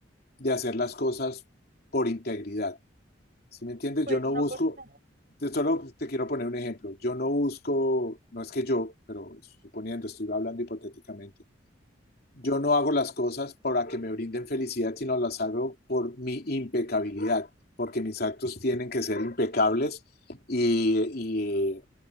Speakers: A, on the left; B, on the right.
A: de hacer las cosas por integridad. Si me entiendes,
B: Pues
A: yo no
B: no,
A: busco,
B: por, no.
A: te- solo te quiero poner un ejemplo. Yo no busco, no es que yo, pero suponiendo, estoy hablando hipotéticamente. Yo no hago las cosas para que me brinden felicidad, sino las hago por mi impecabilidad, porque mis actos tienen que ser impecables y, y,